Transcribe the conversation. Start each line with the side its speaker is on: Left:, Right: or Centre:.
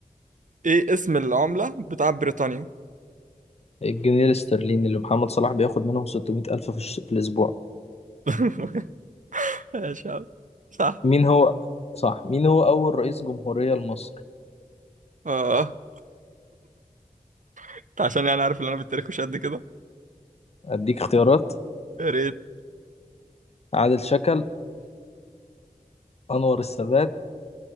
Right: ايه اسم العملة بتاع بريطانيا
Left: الجنيه الاسترليني اللي محمد صلاح بياخد منهم 600 ألف في, الش... في الأسبوع
Right: <laughs> ماشي يا عم صح
Left: مين هو صح مين هو أول رئيس جمهورية لمصر
Right: اه أنت عشان يعني عارف ان انا في التاريخ مش قد كده
Left: أديك اختيارات
Right: يا ريت
Left: عادل شكل أنور السادات